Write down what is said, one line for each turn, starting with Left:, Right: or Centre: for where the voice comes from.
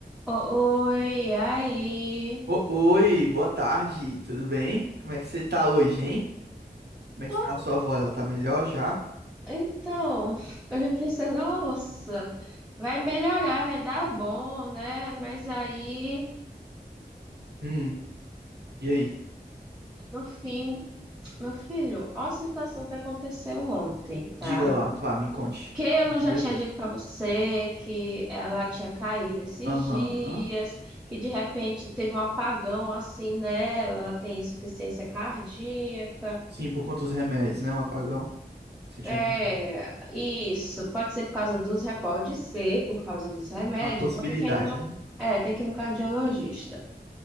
Centre: O- Oi, aí.
Right: O- Oi, boa tarde, tudo bem? Como é que você tá hoje, hein? Como é
Centre: Tô-
Right: que tá a sua voz? Ela tá melhor já?
Centre: Então, <laughs> eu pensei, nossa, vai melhorar, vai dar bom, né? Mas aí,
Right: Hum, e aí?
Centre: no fim, meu filho, olha a situação que aconteceu ontem, tá?
Right: Diga lá, vá, me conte.
Centre: Que eu não já
Right: Vai
Centre: tinha
Right: tudo.
Centre: dito pra você que ela tinha caído esses
Right: Aham.
Centre: dias, que de repente teve um apagão assim né? ela tem insuficiência cardíaca.
Right: Sim, por conta dos remédios, né? Um apagão. Você tinha
Centre: É,
Right: comprado.
Centre: isso. Pode ser por causa dos remédios, pode ser por causa dos remédios,
Right: Uma possibilidade,
Centre: então tem que ainda no,
Right: né?
Centre: é, tem que ir no cardiologista.